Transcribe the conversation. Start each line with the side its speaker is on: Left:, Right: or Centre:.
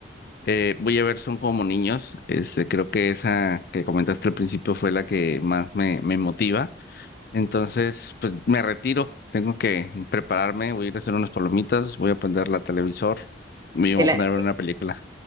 Left: Eh, voy a ver Son como niños. Este, creo que esa que comentaste al principio fue la que más me, me motiva. Entonces, pues me retiro. Tengo que prepararme. Voy a ir a hacer unas palomitas. Voy a prender la televisor. y Me
Right: Que
Left: voy
Right: la,
Left: a poner
Right: que,
Left: a ver una película.